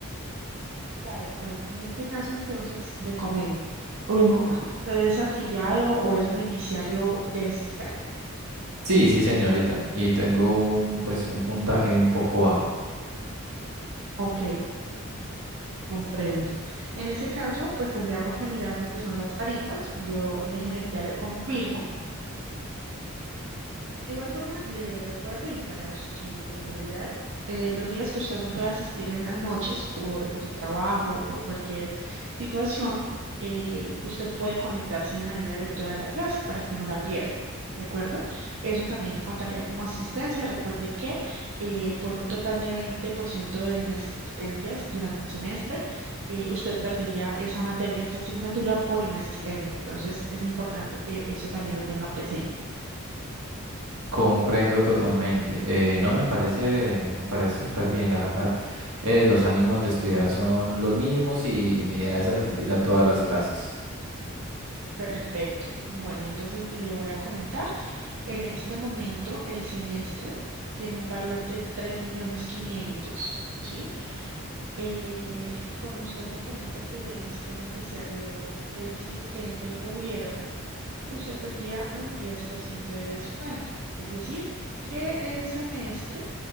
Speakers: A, on the right (about 60°); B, on the right (about 85°).
A: claro. Bueno, en este caso entonces le comento, Mm, ¿usted es afiliado o es beneficiario del CISBEN?
B: Sí, sí, señorita. Y tengo un, pues, un puntaje un poco bajo.
A: Ok, comprendo. En ese caso, pues tendríamos que mirar lo que son las tarifas. Yo, déjeme, ya le confirmo. De igual forma, le recuerdo y para su comodidad, eh, los días que usted no pueda asistir en las noches por el trabajo o por cualquier situación, eh, usted puede conectarse de manera virtual a la clase para que no la pierda. ¿De acuerdo? Eso también contaría como asistencia. Recuerde que eh, por un total de 20% de inasistencias durante el semestre, eh, usted perdería esa materia, esa asignatura por inasistencia. Entonces, es importante que eso también lo tenga presente.
B: Comprendo totalmente. Eh, no, me parece, me parece súper bien, la verdad. Eh, los ánimos de estudiar son los mismos y, y mi idea es asistir a todas las clases.
A: Perfecto. Bueno, entonces le voy a comentar. En este momento el semestre tiene un valor de 3.500.000, ¿sí? Eh, como usted me comenta que es beneficiario del CISBEN del gobierno, usted tendría un 10% de descuento. Es decir, que el semestre